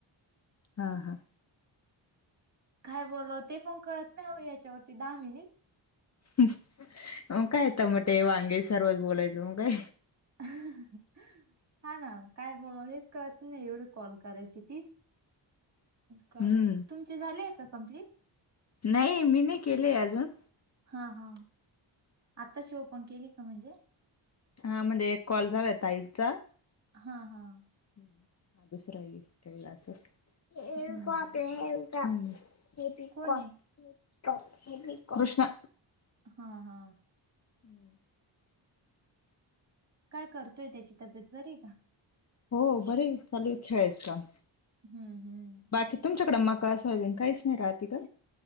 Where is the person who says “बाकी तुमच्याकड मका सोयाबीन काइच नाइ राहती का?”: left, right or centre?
Left